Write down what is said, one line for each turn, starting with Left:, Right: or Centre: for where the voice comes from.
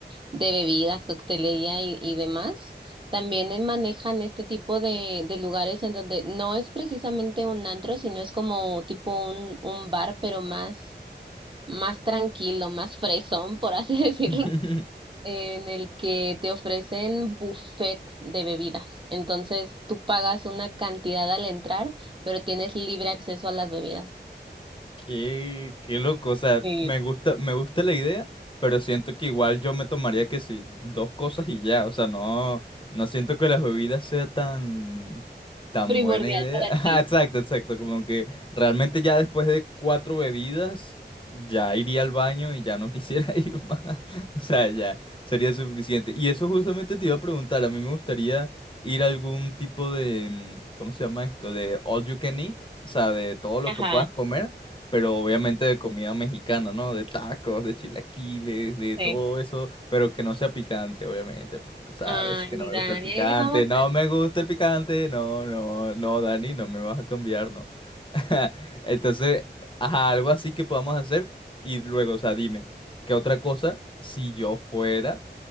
Right: de bebidas, coctelería y, y demás. También eh, manejan este tipo de, de lugares en donde no es precisamente un antro, sino es como tipo un, un bar, pero más más tranquilo, más fresón, por así <laughs> decirlo,
Left: <laughs>
Right: en el que te ofrecen buffet de bebidas. Entonces, tú pagas una cantidad al entrar, pero tienes libre acceso a las bebidas.
Left: Qué, qué loco, o sea,
Right: Sí,
Left: me gusta, me gusta la idea, pero siento que igual yo me tomaría que sí, dos cosas y ya, o sea, no, no siento que las bebidas sea tan, tan
Right: primordial
Left: buena idea.
Right: para
Left: <laughs>
Right: ti.
Left: Ah, Exacto, exacto, como que realmente ya después de cuatro bebidas ya iría al baño y ya no quisiera <laughs> ir más, o sea, ya sería suficiente. Y eso justamente te iba a preguntar, a mí me gustaría ir a algún tipo de, mm, ¿cómo se llama esto? De all you can eat, o sea, de todo lo
Right: Ajá,
Left: que puedas comer pero obviamente de comida mexicana, ¿no? De tacos, de chilaquiles, de todo
Right: sí.
Left: eso, pero que no sea picante, obviamente, porque tú sabes
Right: Ay,
Left: que
Right: mi
Left: no me
Right: Dani,
Left: gusta el picante,
Right: ahí le vamos
Left: no
Right: a...
Left: me gusta el picante, no, no, no, Dani, no me vas a cambiar, no. <laughs> Entonces, ajá, algo así que podamos hacer y luego, o sea, dime, ¿qué otra cosa si yo fuera,